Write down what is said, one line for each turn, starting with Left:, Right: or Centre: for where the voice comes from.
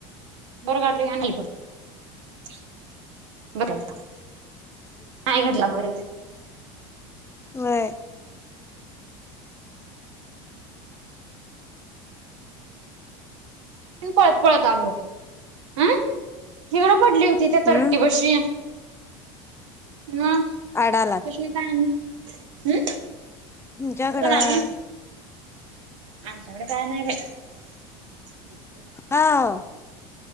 Right: वर घातलं की आणी खाली पडतयं डोक्याला ताप नाय घातला बरं ते
Left: व्हय
Right: पळत पळत आलो अं हिगडं पडली होती त्या तरट्टी
Left: हम्म
Right: पशी मं सुष्मिता
Left: आडालात
Right: आणि हम्म
Left: तुमच्याकडं
Right: कोण आल आमच्याकडं काय नाय बाय <unintelligible>
Left: आव